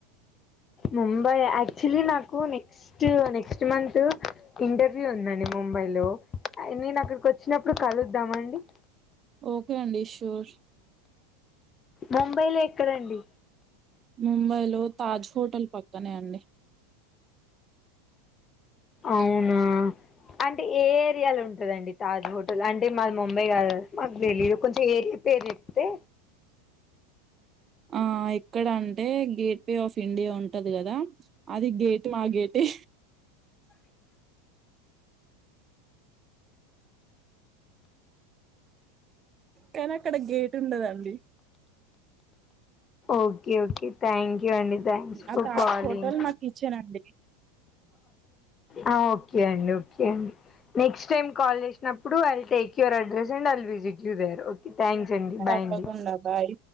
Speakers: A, on the left; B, on the right.
A: ముంబై యాక్చువల్లి నాకు నెక్స్ట్ నెక్స్ట్ మంతు ఇంటర్వ్యూ ఉందండి ముంబైలో నేనక్కడికి వచ్చినప్పుడు కలుద్దామా అండి
B: ఓకే అండి షోర్
A: ముంబైలో ఎక్కడండి
B: ముంబై లో తాజ్ హోటల్ పక్కనే అండి
A: అవునా అంటే ఏ ఏరియాలుంటదండి తాజ్ హోటల్ అంటే మాది ముంబై కాదు కదా మాకు తెలీదు కొంచెం ఏరియా పేర్ చెప్తే
B: ఆ ఇక్కడ అంటే గేట్ వే ఆఫ్ ఇండియా ఉంటది కదా అది గేట్ మా గేటే కానక్కడ గేట్ ఉండదండి
A: ఓకే ఓకే థ్యాంక్యూ అండి థ్యాంక్స్ ఫర్
B: ఆ తాజ్
A: కాలింగ్
B: హోటల్ మా కిచెన్ అండి
A: ఆ ఓకే అండి ఓకే అండి నెక్స్ట్ టైమ్ కాల్ చేసినప్పుడు I'll take your address and I'll visit you there okay thanks అండి బాయ్
B: తప్పకుండ
A: అండి
B: బాయ్